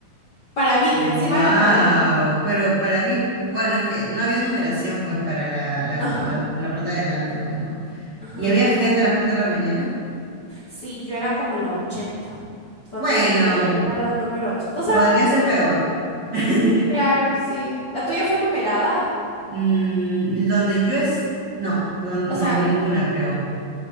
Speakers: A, on the left; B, on the right.
A: Para VIP,
B: Wow,
A: encima era para VIP.
B: pero para mí, bueno, es que no había numeración pues para la, la,
A: Ajá,
B: la, la parte de adelante, pues no.
A: ajá.
B: ¿Y había gente a las 4 de la mañana?
A: Sí, yo era como la ochenta Cuando
B: Bueno,
A: llegué, yo era la número 80. O sea,
B: podría ser
A: mm,
B: peor. <laughs>
A: Claro, sí. ¿La tuya fue numerada?
B: Mm, donde yo es... No, don-
A: O
B: no,
A: sea,
B: ninguna creo.